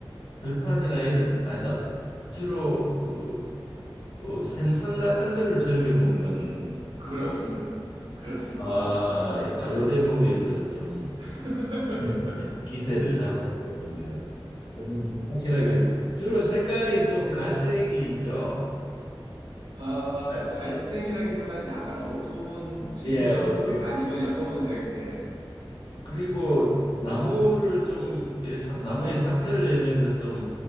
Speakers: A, on the left (about 65°); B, on the right (about 80°).
A: 들판이나 이런 아니다. 주로 그 어, 생선 같은 거를 즐겨 먹는
B: 그렇습니다. 그렇습니다.
A: 아,
B: 네.
A: 아, 요 대목에서 좀
B: <laughs>
A: 네. 기세를 잡을 것 같습니다. 그러면 확실하게 주로 색깔이 좀 갈색이죠.
B: 아,
A: 갈색.
B: 갈색이라기보다는 약간 어두운 진청색
A: 예, 그-
B: 아니면 약 검은색. 예.
A: 그리고 나무를 좀 이렇게 사- 나무에 상처를 내면서 좀